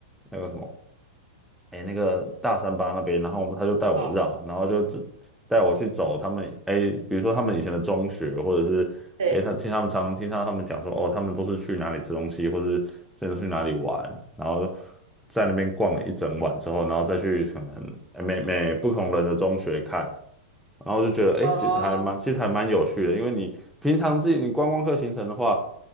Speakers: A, in the centre; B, on the right.
A: 那个什么，哎，那个大三巴那边，然后我们他就带我绕，
B: 嗯，
A: 然后就只带我去走他们，哎，比如说他们以前的中学，或者是哎，
B: 对，
A: 他听他们常听到他们讲说，哦，他们都是去哪里吃东西，或是真的去哪里玩，然后在那边逛了一整晚之后，然后再去可能哎每每不同人的中学看。然后就觉得，哎，
B: 哦，
A: 其实还蛮，其实还蛮有趣的，因为你平常自己你观光客行程的话。